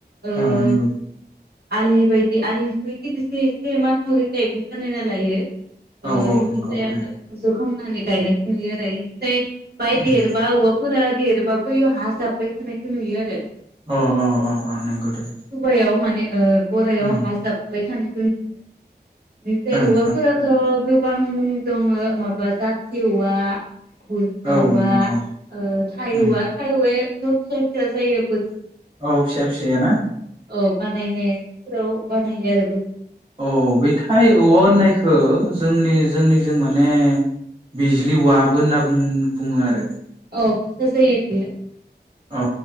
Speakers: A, on the right (about 65°); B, on the right (about 30°).
A: ओ
B: अ नंगौ
A: आलि बायदि आलिनिखौ गिदिरसे एसे माथावरि थाइप बानायना लायो। ओ
B: औ औ
A: एनिफ्राय
B: नंगौ उम
A: आङो जों फाहामनानै गायनायखौ नुयो एमनिफ्राय बाय
B: उम
A: देरबा गलाफोरा देरबाबो इयाव हााजाबबाय थानायखौ नुयो आरो।
B: अ अ अ अ नंगौ दे।
A: बेआव माने ओ गराइआव
B: उम
A: हाजाब्बाय थानो <unintelligible> निफ्राय
B: ओं
A: उ
B: उम
A: फाथ' गोबां मुं दङ माबा जा सेेवआ गुरखावा
B: औ नंगौ
A: ओ थायौआ
B: ओं
A: थायुवे सफसस जायो ब
B: औ फिसा फिसायाना
A: <unintelligible> औ बानायनाय फ्राव बानायो आरो बे
B: औ बेथाय औवा होननायखौ जोंनि जोंनि जों माने बिजलि वाबो होनना बुं बुङो आरो
A: <unintelligible>
B: अ